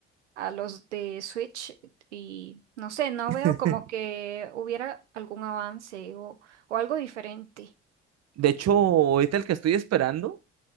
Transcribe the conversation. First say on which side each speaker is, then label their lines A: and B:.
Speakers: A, on the right; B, on the right.
A: a los de Switch y no sé, no
B: <laughs>
A: veo como que hubiera algún avance o, o algo diferente.
B: De hecho, ahorita el que estoy esperando